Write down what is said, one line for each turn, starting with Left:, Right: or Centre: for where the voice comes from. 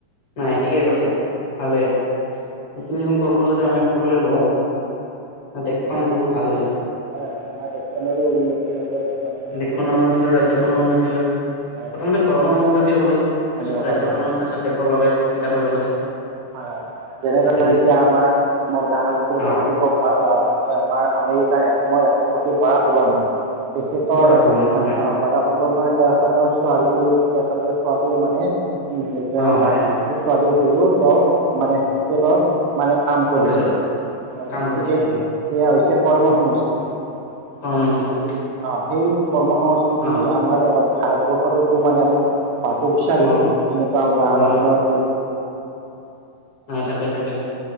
Left: নাই ঠিকে কৈছা, ভালেই। এইখিনি সংকল্প যদি আমি সকলোৱে লওঁ। দেশখন বহুত ভাল হৈ যাব।
Right: হয়, হয়, আমাৰ দেশখনৰো উন্নতি হ'ব, দেশৰ উন্নতি
Left: দেশখনৰ
Right: হ'লে
Left: উন্নতি ৰাজ্যখনৰ
Right: আমাৰ
Left: উন্নতি হয়,
Right: হয়
Left: প্ৰথমতে
Right: হয়
Left: ঘৰখনৰ উন্নতি হ'ব লাগে,
Right: হ'ব
Left: তাৰপিছত ৰাজ্যখনৰ,
Right: হয় হয়
Left: তাৰপিছত দেশৰ বাবে চিন্তা কৰিব লাগে।
Right: হয়, হয়, যেনে
Left: আজিকালি
Right: ধৰ, এতিয়া আমাৰ মই উদাহৰণস্বৰূপে
Left: অ
Right: যদি ক'ব <unintelligible> এ, আমাৰ আমেৰিকাৰ এসময় ৰাষ্ট্ৰপতি বৰাক ওবামা। তেখেতৰ
Left: বাৰু আগমা
Right: মানে
Left: হয়
Right: বৰাক ওবামাৰ বয়সত তেখেতৰ ছোৱালী, তেখেতৰ ছোৱালীয়ে মানে, উম, এজন
Left: অ হয়
Right: ৰাষ্ট্ৰপতি
Left: হয়
Right: ছোৱালী হৈয়ো তেওঁ মানে হোটেলত মানে কাম কৰিছিলে,
Left: হোটেলত
Right: অ',
Left: কাম
Right: গতিকে
Left: কৰিছিলে হয়
Right: সেয়া হৈছে কৰ্ম সংস্কৃতি।
Left: কৰ্মসংস্কৃতি
Right: গতিকে এই, অ', সেই কৰ্ম সংস্কৃতি
Left: অ
Right: আমাৰ ভাৰতৰবৰ্ষটো তো মানে আমি হোৱাটো বিচাৰোঁ,
Left: অ
Right: তেনেকুৱা উদাহৰণৰ
Left: অ
Right: জৰি-
Left: নাই, তাকে, তাকে।